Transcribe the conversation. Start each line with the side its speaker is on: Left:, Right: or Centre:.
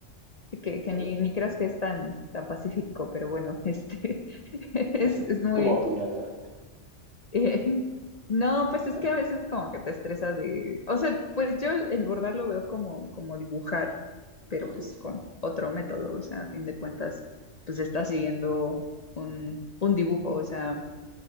Left: sí, Que,
Right: Qué
Left: que
Right: padre.
Left: ni, ni creas que es tan, tan pacífico, pero bueno, <laughs> este <laughs> es, es
Right: Es
Left: muy,
Right: como apuñalar,
Left: Eh, <laughs> no, pues es
Right: ¿no?
Left: que a veces como que te estresas de, o sea, pues yo el bordar lo veo como, como dibujar, pero
Right: Ok.
Left: pues con otro método, o sea, a fin de cuentas, pues está siguiendo un, un dibujo, o sea,